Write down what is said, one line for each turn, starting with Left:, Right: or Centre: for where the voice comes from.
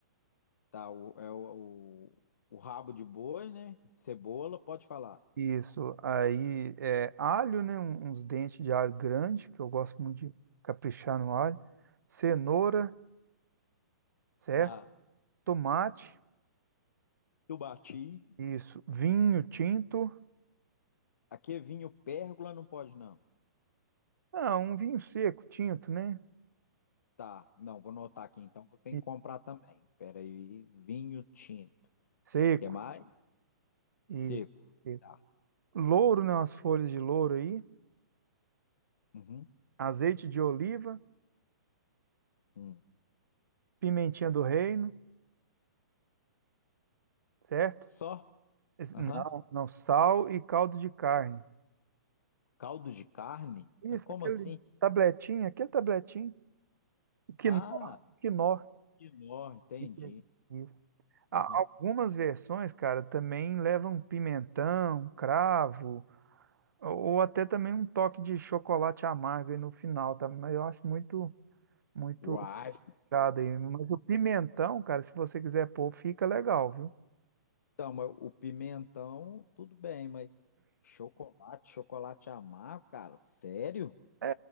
Left: Tá, o, é o, o, o rabo de boi, né? Cebola, pode falar.
Right: Isso. Aí é alho, né? um- Uns dentes de alho grande, que eu gosto muito de caprichar no alho. Cenoura, certo?
Left: Tá,
Right: Tomate.
Left: chubatinho.
Right: Isso. Vinho tinto.
Left: Aqui vinho pérgola não pode não.
Right: Ah, um vinho seco, tinto, né?
Left: Tá, não, vou anotar aqui então que eu tenho
Right: E
Left: que comprar também. Pera aí, vinho tinto.
Right: seco.
Left: Quer mais?
Right: E
Left: Seco.
Right: seco.
Left: Tá.
Right: Louro, né? Umas folhas de louro aí.
Left: Uhum.
Right: Azeite de oliva.
Left: Hum.
Right: Pimentinha do reino, certo?
Left: Só?
Right: Esse-
Left: Aham.
Right: Não, não. Sal e caldo de carne.
Left: Caldo de carne?
Right: Isso,
Left: Mas como
Right: aquele
Left: assim?
Right: tabletinho, aquele tabletinho. O quinó.
Left: Ah,
Right: o quinó.
Left: quinó, entendi.
Right: Isso. isso. A-
Left: Aham.
Right: Algumas versões, cara, também levam pimentão, cravo, ou ou até também um toque de chocolate amargo aí no final, tá? Mas eu acho muito. Muito
Left: Uai.
Right: complicado aí. Mas o pimentão, cara, se você quiser pôr, fica legal, viu?
Left: Então, mas o pimentão, tudo bem, mas chocolate, chocolate amargo, cara, sério?
Right: É,